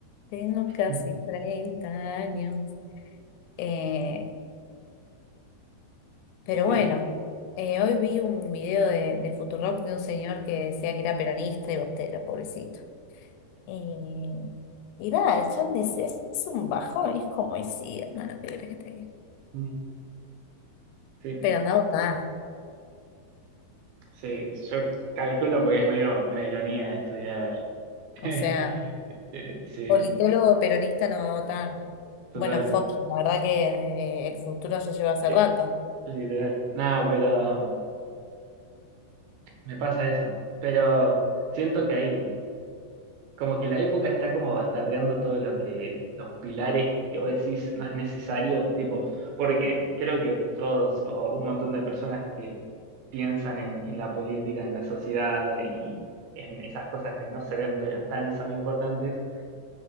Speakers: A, on the left; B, on the right.
A: Tengo
B: <laughs>
A: casi 30 años. Eh, Pero
B: Sí.
A: bueno, eh, hoy vi un video de, de Futurock de un señor que decía que era peronista y bostero, pobrecito. Eh, y nada, yo es, es es un bajón, es como decía, hermano, ¿qué crees que te diga?
B: Mm, Sí,
A: Pero anda a votar,
B: sí. Yo calculo porque es medio una ironía estudiar. <laughs>
A: o sea,
B: Eh, Sí,
A: politólogo peronista no va a votar.
B: total.
A: Bueno, Joaquín, la verdad que eh, el futuro ya lleva hace
B: Que
A: rato.
B: literal. No, pero. me pasa eso. Pero siento que ahí, como que la época está como bastardeando todo lo que, los pilares que vos decís no es necesario, tipo, porque creo que todos o un montón de personas que piensan en, en la política, en la sociedad y en esas cosas que no se ven pero están y son importantes,